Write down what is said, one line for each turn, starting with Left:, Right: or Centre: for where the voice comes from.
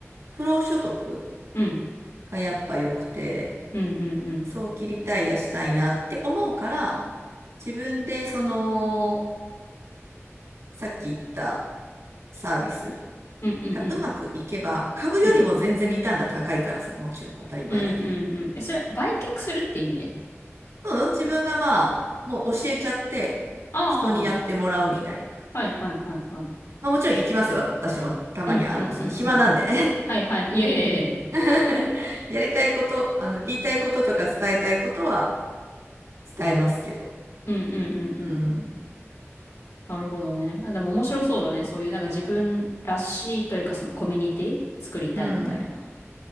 Right: 不労所得
Left: うん。
Right: がやっぱ良くて、
Left: うん。うん。
Right: 早期リタイアしたいなって思うから、自分でその、さっき言ったサービス
Left: うん。うん。
Right: がうまくいけば、
Left: うん。
Right: 株よりも全然リターンが高いからさ、
Left: うん。うん。
Right: もちろん当たり前だけど。
Left: うん。うん。え、それは売却するって意味で。
Right: うん、自分がまあ、もう教えちゃって、
Left: ああ、
Right: 人にやってもらうみたいな。
Left: ああはいはいはいはい。
Right: まあ、もちろん行きますよ。私もたまに、
Left: うんうんうんうん。
Right: あの、その暇なんで
Left: はいはい。いやいやいやいや。
Right: <laughs> やりたいこと、あの、言いたいこととか伝えたいことは伝えますけど。
Left: うんうんうんうん。
Right: うん。
Left: なるほどね。あ、でも面白そうだね。そういうなんか自分らしいというかそのコミュニティ作りたいみたいな。
Right: うん。